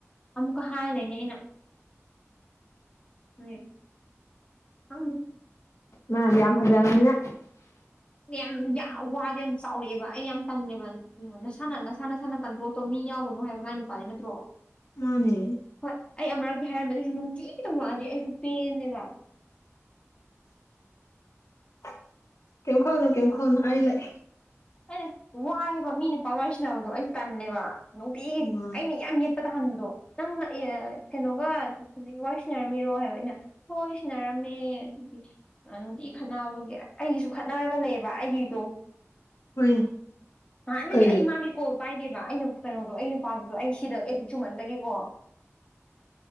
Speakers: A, on the left; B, on the left.
A: ꯑꯃꯨꯛꯀ ꯍꯥꯢ ꯂꯩꯔꯅꯤ ꯑꯩꯅ ꯍꯣꯢ ꯈꯪꯗꯦ
B: ꯃꯥꯗꯤ ꯌꯥꯝ ꯐꯖꯕꯅꯤꯅ
A: ꯌꯥꯝ ꯌꯥꯝ ꯋꯥꯗ ꯌꯥꯝ ꯆꯥꯎꯔꯛꯑꯦꯕ ꯑꯩ ꯌꯥꯝ ꯇꯜꯂꯦꯕ ꯑꯗꯨꯗꯨꯒ ꯅꯁꯥꯅ ꯅꯁꯥ ꯅꯁꯥꯅ ꯀꯟꯇ꯭ꯔꯣꯜ ꯇꯧ ꯃꯤ ꯌꯥꯥꯎꯒꯅꯨ ꯍꯥꯏꯕ ꯃꯥꯏ ꯅꯨꯄꯥꯅꯤ ꯅꯠꯇ꯭ꯔꯣ
B: ꯃꯥꯅꯦ
A: ꯍꯣꯏ ꯑꯩ ꯑꯃꯨꯔꯛꯇꯤ ꯍꯥꯏꯔꯝꯃꯦ ꯑꯩꯁꯨ ꯅꯨꯡꯇꯤꯒꯤ ꯇꯧꯔꯛꯉꯑꯗꯤ ꯑꯩꯁꯨ ꯄꯦꯟꯅꯦꯕ
B: <inaudible> ꯀꯦꯝ ꯈꯜꯂꯨꯅꯣꯅꯣ ꯀꯦꯝ ꯈꯜꯂꯨꯅꯣ ꯑꯩ ꯂꯩ
A: ꯑꯩꯅ ꯋꯥꯏꯑꯦꯕ ꯃꯤ ꯅꯨꯄꯥ ꯑꯣꯏꯁꯤꯟꯅꯕꯗꯣ ꯑꯩꯁꯨ ꯇꯜꯂꯦꯕ ꯅꯨꯡꯇꯤꯒꯤ
B: ꯃꯥ
A: ꯑꯩꯅ ꯌꯥꯝ ꯌꯦꯠꯄ ꯇꯥꯍꯟꯕꯗꯣ ꯅꯪ ꯑꯦꯑꯥ ꯀꯩꯅꯣꯒ ꯍꯧꯖꯤꯛꯀꯤ ꯋꯥꯔꯤ ꯁꯥꯟꯅꯔꯝꯃꯤꯔꯣ ꯍꯥꯏꯕ ꯑꯩꯅ ꯍꯣꯏ ꯁꯤꯟꯅꯔ ꯝꯃꯦ ꯑꯗꯨꯗꯤ ꯅꯨꯡꯇꯤꯒꯤ ꯈꯠꯅꯕꯒꯤ ꯑꯩꯒꯤꯁꯨ ꯈꯠꯅꯔꯒ ꯂꯩꯌꯦꯕ ꯑꯩꯒꯤꯗꯣ
B: ꯍꯣꯏꯅꯦ
A: ꯅꯍꯥꯟꯅꯗꯒꯤ
B: ꯀꯩꯒꯤ
A: ꯑꯩ ꯃꯥꯒꯤ ꯀꯣꯜ ꯄꯥꯏꯗꯦꯕ ꯑꯩꯅ ꯀꯩꯅꯣꯗꯣ ꯑꯩ ꯅꯨꯄꯥꯗꯨꯗꯣ ꯑꯩ ꯁꯤꯗ ꯑꯦꯗꯤꯛ ꯆꯨꯃꯟꯕꯒꯤꯀꯣ